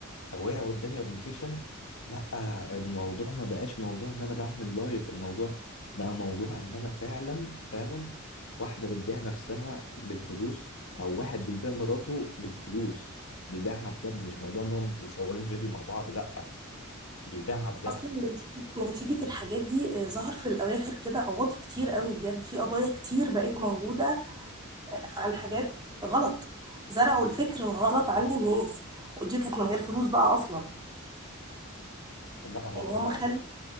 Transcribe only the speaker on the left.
أو وقع قدامي ابلكيشن لا الموضوع ما بقاش موضوع ان انا بعمل لايف الموضوع بقى موضوع ان انا فعلا فعلا واحدة بتبيع نفسها بالفلوس او واحد بيبيع مراته بالفلوس بيبيعها بجد مش موضوع انهم مصورين فيديو مع بعض لا بيبيعها بجد
لا هو
هو